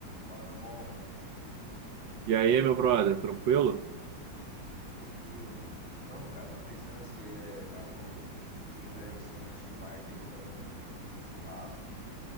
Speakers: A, on the left; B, on the right.
A: Fala, meu bom,
B: E aí, meu brother, tranquilo?
A: tranquilo. Então, cara, tá pensando se é caso um dia em breve assim a gente marque aí de fazer um, um churrasco.